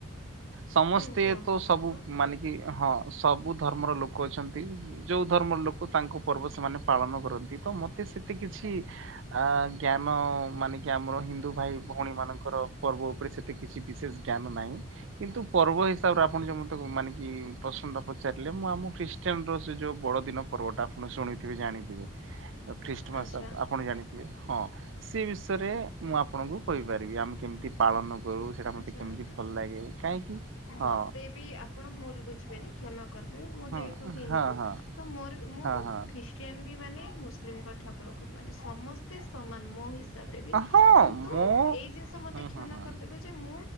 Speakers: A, on the right; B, on the left.
A: ସମସ୍ତେ
B: ହୁଁ କୁହନ୍ତୁ
A: ତ ସବୁ
B: କୁହନ୍ତୁ
A: ମାନେ କି ହଁ ସବୁ ଧର୍ମର ଲୋକ ଅଛନ୍ତି। ଯୋଉ ଧର୍ମର ଲୋକ ତାଙ୍କ ପର୍ବ ସେମାନେ ପାଳନ କରନ୍ତି ତ ମତେ ସେତେ କିଛି ଆ ଜ୍ଞାନ ମାନେ କି ଆମର ହିନ୍ଦୁ ଭାଇ ଭଉଣୀ ମାନଙ୍କର ପର୍ବ ଉପରେ ସେତେ କିଛି ବିଶେଷ ଜ୍ଞାନ ନାହିଁ। କିନ୍ତୁ ପର୍ବ ହିସାବରେ ଆପଣ ଯଉ ମ ମାନେ କି ପ୍ରଶ୍ନ ଟା ପଚାରିଲେ ମୁଁ ଆମ ଖ୍ରୀଷ୍ଟିୟନ ର ସେ ଯୋଉ ବଡ ଦିନ। ପର୍ବ ଟା ଆପଣ ଶୁଣିଥିବେ ଜାଣିଥିବେ ଖ୍ରୀଷ୍ଟମାସ
B: ଆଚ୍ଛା
A: ଆପଣ ଜାଣିଥିବେ। ହଁ ସେ ବିଷୟରେ ମୁଁ ଆପଣଙ୍କୁ କହିପାରିବି ଆମେ କେମିତି ପାଳନ କରୁ, ସେଇଟା
B: ଆଚ୍ଛା
A: ମତେ କେମିତି ଭଲ ଲାଗେ। କାହିଁକି ହଁ
B: ମତେ ବି ଆପଣ ଭୁଲ ବୁଝିବେନି କ୍ଷମା କରିଦେ ମୁଁ
A: ହଁ
B: ଯେହେତୁ ହିନ୍ଦୁ।
A: ହଁ ହଁ
B: ତ ମୋର ମୁଁ
A: ହଁ ହଁ।
B: ଖ୍ରୀଷ୍ଟିଆନ ବି ମାନେ ମୁସଲିମଙ୍କ ଠାକୁରଙ୍କୁ ବି ମାନେ ସମସ୍ତ ମତେ ସମାନ ମୋ ହିସାବରେ ବି
A: ହଁ
B: କିନ୍ତୁ
A: ମୋ
B: ଏଇ ଜିନିଷ ମତେ
A: ହଁ ହଁ
B: କ୍ଷମା
A: ହଁ
B: କରିଦେବେ ଯେ ମୁଁ